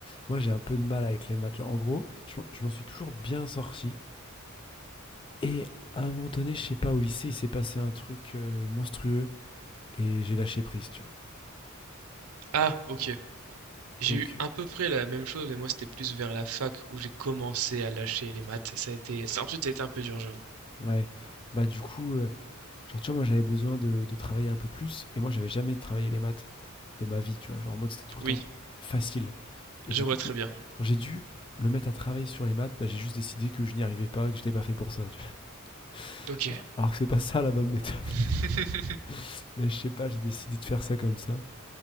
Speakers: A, on the left; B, on the right.
A: Moi, j'ai un peu de mal avec les maths. Genre, en gros, je, m'en- je m'en suis toujours bien sorti. Et à un moment donné, je sais pas, au lycée, il s'est passé un truc euh, monstrueux et j'ai lâché prise, tu vois.
B: Ah, OK. J'ai
A: Donc,
B: eu à peu près la même chose, mais moi, c'était plus vers la fac où j'ai commencé à lâcher les maths et ça a été ça ensuite, ça a été un peu dur, j'avoue.
A: Ouais, bah, du coup, heu, genre, tu vois, moi, j'avais besoin de de travailler un peu plus et moi, j'avais jamais travaillé les maths de ma vie, tu vois? Genre, en mode, c'était tout le
B: Oui.
A: temps facile et
B: Je
A: du
B: vois
A: coup,
B: très
A: quand
B: bien.
A: quand j'ai dû me mettre à travailler sur les maths, bah, j'ai juste décidé que je n'y arrivais pas et que je n'étais pas fait pour ça, tu vois? <laughs>
B: Ok.
A: Alors alors que c'est pas ça la bonne méthode,
B: <laughs>
A: <laughs> mais je sais pas, j'ai décidé de faire ça comme ça